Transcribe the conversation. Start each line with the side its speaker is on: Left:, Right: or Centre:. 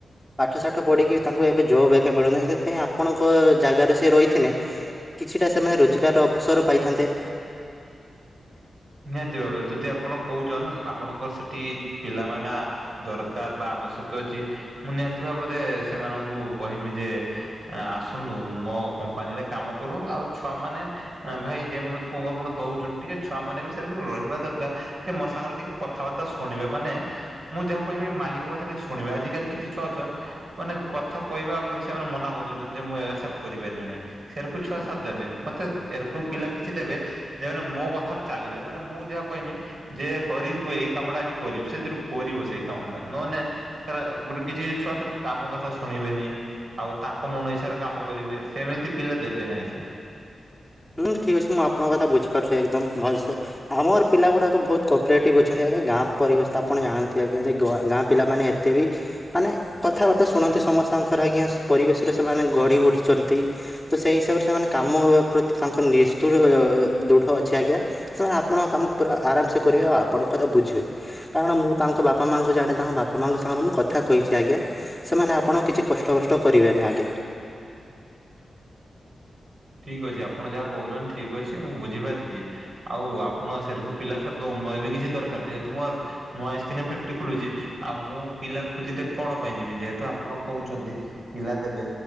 Centre: ପାଠ ଶାଠ ପଢିକି ତାଙ୍କୁ ଏବେ ଯଉ ବେ <unintelligible> ମିଳୁନାହିଁ ସେଥିପାଇଁ ଆପଣଙ୍କ ଜାଗାରେ ସିଏ ରହିଥିଲେ କିଛିଟା ସେମାନେ ରୋଜଗାର୍ ଅପ୍ସର ପାଇଥାନ୍ତେ।
Right: ନିହାତି ଭାବେ ଯଦି ଆପଣ କହୁଛନ ଆପଣଙ୍କ ସେଠି ପିଲାମାନେ ଆ-ଅ- ଦରକାର୍ ବା ଆବଶ୍ୟକ ଅଛି ମୁଁ ନିହାତି ଭାବରେ ସେମାନଙ୍କୁ କହିମି ଯେ ଆସନ୍ତୁ ମୋ କମ୍ପାନୀରେ କାମ କରନ୍ତୁ ଆଉ ଛୁଆମାନେ ଭାଇ ଯେମାନେ କ ଆପଣ ଦଉଚନ୍ତି ଟିକେ ଛୁଆ ମାନେ ବି ସେକୁ ରହିବା ଦରକାର୍ ଯେ ମୋ ସାଙ୍ଗରେ ଟିକେ କଥାବାର୍ତ୍ତା ଶୁଣିବେ ମାନେ ମୁଁ ଯାହା କହମି ମାଲିକ କଥା ଟିକେ ଶୁଣିବି ଆଜିକାଲି କିଛି ଛୁଆ ଅଛ ମାନେ କଥା କହିବା ଆଗରୁ ସେମାନେ ମନା କରିଦଉଚନ୍ତି ଯେ ମୁଁ ଏଇରା ସାର୍ କରିପାରିବିନି। ସେରକୁ ଛୁଆ ସାର୍ ଦେବେନି ମତେ ଏରକୁ ପିଲା କିଛି ଦେବେ ଯେମାନେ ମୋ କଥାରେ ଚାଲିବେ। ମାନେ ମୁଁ ଯାହା କହିମି ଯେ ହରି ତୁ ଏଇ କାମ ଟା ଆଜି କରିବୁ ସେ ଯୁ କରିବ ସେଇ କାମ ଟା ନହେନେ ସେଟା ଗୋଟେ କିଛି ଛୁଆ ଅଛନ୍ତି କାମ କଥା ଶୁଣିବେନି। ଆଉ ତାଙ୍କ ମନ ଇଚ୍ଛାରେ କାମ କରିବେ ସେମିତି ପିଲା ଦେବେ ନାହିଁ ସାର୍।
Centre: ହୁଁ ଠିକ୍ ଅଛି ମୁଁ ଆପଣଙ୍କ କଥା ବୁଝିପାରୁଚି ଏକଦମ୍ ଭଲ୍ ସେ। ଆମର ପିଲା ଗୁଡାକ ବହୁତ୍ କପରେଟିଭ୍ ଅଛନ୍ତି ଆଜ୍ଞା ଗାଁ ପରିବେଶ ଆପଣ ଜାଣନ୍ତି ଆଜ୍ଞା ଯେ ଗ-ଗାଁ ପିଲା ମାନେ ଏ ତେ ବି ମାନେ କଥାବାର୍ତ୍ତା ଶୁଣନ୍ତି ସମସ୍ତଙ୍କର ଆଜ୍ଞା ପରିବେଶ ରେ ସେମାନେ ଗଢି ଉଠିଛନ୍ତି। ତ ସେଇ ହିସାବରେ ସେମାନେ କାମ ପ୍ରତି ତାଙ୍କ ନିସ୍ତୁର ଅ- ଦୃଢ ଅଛି ଆଜ୍ଞା। ସେମାନେ ଆପଣଙ୍କ କାମ ପୁରା ଆରାମ୍ ସେ କରିବେ ଆଉ ଆପଣଙ୍କ କଥା ବୁଝିବେ। କାରଣ ମୁଁ ତାଙ୍କ ବାପା ମାଙ୍କୁ ଜାଣେ ତାଙ୍କ ବାପା ମାଙ୍କ ସାଙ୍ଗରେ ମୁଁ କଥା କହିଚି ଆଜ୍ଞା। ସେମାନେ ଆପଣଙ୍କୁ କିଛି କଷ୍ଟ ବଷ୍ଟ କରିବେନି ଆଜ୍ଞା।
Right: ଠିକ୍ ଅଛି ଆପଣ ଯାହା କହୁଚନ୍ତି ଠିକ୍ ଅଛି ମୁଁ ବୁଝିପାରିଚି। ଆଉ ଆପଣ ସେରକୁ ପିଲା <unintelligible> ଦଉନ <unintelligible> କିଛି ଦରକାର୍ ଯେହେତୁ ମୋର୍ ନୂଆ ଆଇସକ୍ରିମ୍ ଫ୍ୟାକ୍ଟ୍ରୀ ଖୋଲୁଚି ଆଉ ମୁଁ ପିଲା ଖୋଜିିତେ କଣ ପାଇଁ ଯିବି ଯେହେତୁ ଆପଣ କହୁଚନ୍ତି ପିଲା ଦେବେ